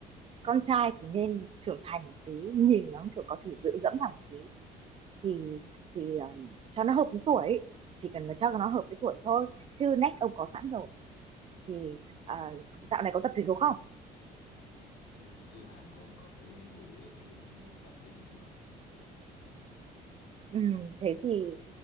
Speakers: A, on the right; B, on the left.
A: con trai thì nên trưởng thành một tí nhìn nó kiểu có thể dựa dẫm vào một tí thì
B: ừ.
A: thì um, cho nó hợp với tuổi ấy. chỉ cần là cho nó hợp với tuổi thôi chứ nét ông có sẵn rồi thì à, dạo này có tập thể dục không
B: Tôi tôi làm còn không có thời gian ngủ với thời gian đang tập thể dục bà.
A: ừ, thế thì